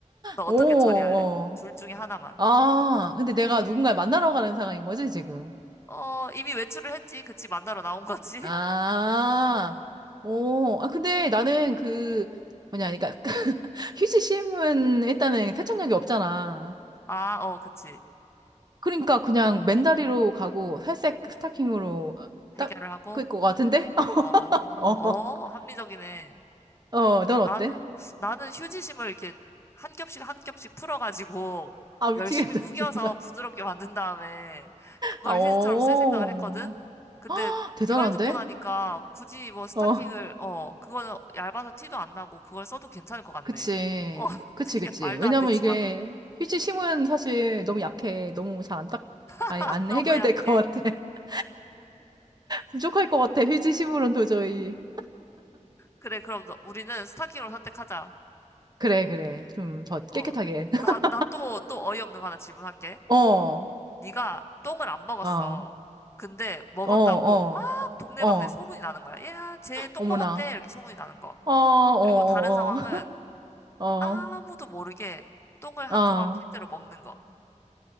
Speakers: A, on the left; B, on the right.
A: 너 어떻게
B: 오,
A: 처리할래? 둘
B: 어.
A: 중에 하나만.
B: 아, 근데 내가 누군가를 만나러 가는 상황인 거지, 지금?
A: 어, 이미 외출을 했지. 그치, 만나러 나온 거지?
B: 아,
A: <laughs> 어.
B: 오. 아, 근데 나는 그, 뭐냐, 그러니까, <laughs> 휴지심은 일단은 세척력이 없잖아.
A: 아, 어, 그치.
B: 그러니까 그냥 맨다리로 가고 살색 스타킹으로
A: 해결을
B: 딱
A: 하고?
B: 그럴 것 같은데? <laughs>
A: 어, 어,
B: 어,
A: 합리적이네.
B: 어, 넌 어때?
A: 나는, 나는 휴지심을 이렇게 한 겹씩 한 겹씩 풀어가지고
B: 아, 미치겠다,
A: 열심히 구겨서
B: 진짜.
A: 부드럽게 만든 다음에 그거를
B: 아, 오.
A: 휴지처럼 쓸 생각을 했거든? 근데
B: 대단한데?
A: 네 말 듣고 나니까 굳이 뭐 스타킹을,
B: 어.
A: 어, 그거는 얇아서 티도 안 나고 그걸 써도 괜찮을 것 같네.
B: 그치.
A: 어, <laughs>
B: 그치,
A: 되게
B: 그치.
A: 말도
B: 왜냐면
A: 안 되지만.
B: 이게 휴지 심은 사실 너무 약해. 너무 잘 안 딱, 아니,
A: <laughs>
B: 안
A: 너무
B: 해결될
A: 약해.
B: 것 같아. <laughs> 부족할 것 같아. 휴지 심으론 도저히.
A: 그래, 그럼 너, 우리는 스타킹으로 선택하자.
B: 그래, 그래. 좀 더 깨끗하게.
A: 어,
B: <laughs>
A: 나, 나 또, 또 어이없는 거 하나 질문할게.
B: 어, 어,
A: 네가 똥을 안 먹었어.
B: 어,
A: 근데 먹었다고
B: 어,
A: 막 동네방네
B: 어.
A: 소문이 나는 거야. 야, 쟤 똥
B: 어머나.
A: 먹었대. 이렇게 소문이 나는 거.
B: 어, 어, 어,
A: 그리고 다른 상황은
B: 어, 어,
A: 아무도 모르게 똥을 한
B: 어.
A: 조각 실제로 먹는 거.